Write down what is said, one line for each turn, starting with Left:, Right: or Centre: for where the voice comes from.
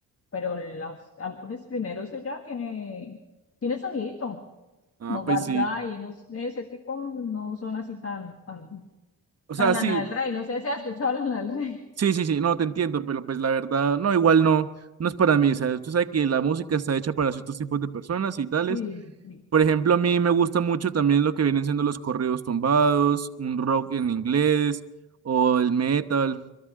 Left: pero los álbumes primeros ella tiene, tiene sonidito,
Right: ah,
Left: como
Right: pues
Left: Bad
Right: sí.
Left: Guy, no sé, ese tipo no son así tan, tan,
Right: O sea,
Left: tan Lana
Right: sí,
Left: del Rey, no sé si has escuchado Lana del Rey. <laughs>
Right: Sí, sí, sí, no, te entiendo, pero pues la verdad, no, igual no, no es para mí, o sea, usted sabe que la música está hecha para ciertos tipos de personas y tales.
Left: Sí, sí.
Right: Por ejemplo, a mí me gusta mucho también lo que vienen siendo los corridos tumbados, un rock en inglés o el metal.